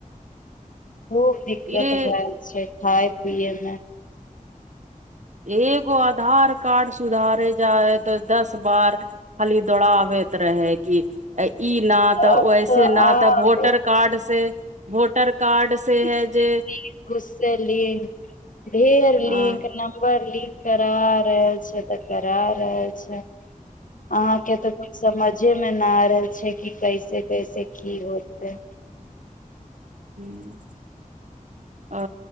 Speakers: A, on the left (about 70°); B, on the right (about 55°).
A: खूब दिक्कत
B: ए
A: भए छै खाय पियए मे
B: एगो आधार कार्ड सुधारे जाइ तऽ दस बार खाली दौड़ाबैत रहै कि अ ई न तऽ
A: आब
B: वैसे ना
A: आब
B: तऽ वोटर कार्ड से वोटर कार्ड से
A: इस
B: है
A: लिंक
B: जे
A: उस से लिंक ढेर लिंक
B: ह
A: नम्बर लिंक करा रहल छै तऽ करा रहल छै अहाँके तऽ समझे में न आ रहले छै कि कैसे कैसे की होतइ
B: हूँ अ